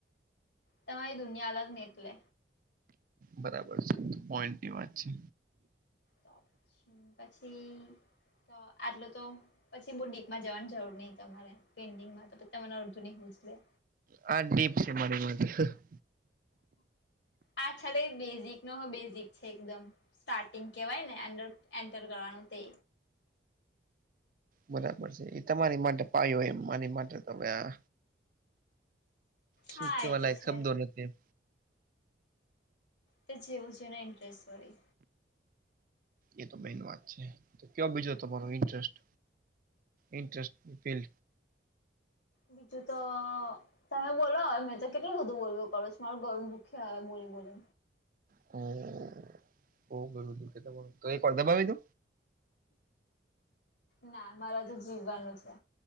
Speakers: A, on the left; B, on the right.
A: તમાંરી દુનિયા અલગ ને એટલે
B: બરાબર છે પોઈન્ટ ની વાત છે.
A: તો પછી પછી તો આટલું તો પછી બે ડીપમાં જવાની જરૂર નહિ તમારે પેન્ટિંગમાં તો તમારે અર્ધુ નય પૂછ્યું થી
B: હા દીપ છે મને <unintelligible>
A: આ છેડે બેઝિક નો બેઝિક છે એકદમ સ્ટાર્ટિંગ કેવાય ને અડર એન્ટર કરવાનું તે
B: બરાબર છે એ તમારી માટે પાયો હોય એ મારી માટે તો આ શુ
A: હા
B: કેવા
A: એ તો
B: લાયક
A: છે
B: શબ્દો નથી એમ
A: તો જેવું જેને ઇન્ટરેસ્ટ હોય
B: એ તો મેઈન વાત છે તો કેવો બીજો તમારો ઇન્ટરેસ્ટ ઇન્ટસ્ટ ફ
A: બીજું તો તમે બોલો મેં તો કેટલું બધું બોલવું પડે છે મારું ઘરુ નું ખ્યાલ બોલ બોલે
B: હમમ બો બધું દુખે તમારુ કઈ <unintelligible> ને લીધે
A: ના મારે તો જીવવાનું છે.